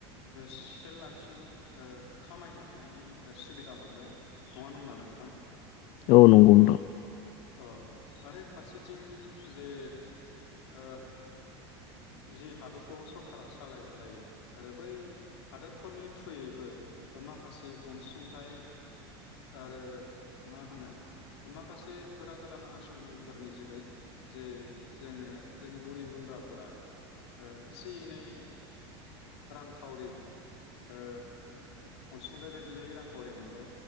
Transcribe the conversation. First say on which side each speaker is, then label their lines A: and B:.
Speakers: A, on the left; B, on the left.
A: से लाक सिम ओ खामायनो हानायनि सुबिदा मोनबाय नङानो होमबा नोंथां
B: औ नंगौ नोंथां
A: औ आरो फारसेथिं जे ओ जि हादरखौ सरकारा सालायबाय थायो आरो बै हादरफोरनि थ्रुयैबो माखासे अनसुंथाइ आरो मा होनो माखासे गोदान-गोदान आसनिफोरनि जोहै जे जोंङो जोंनि गोरिब गुन्द्रा फोरा ओ इसे इनै रांखावरि ओ अनसुंथाइ बायदियै रांखावरि मोनबाय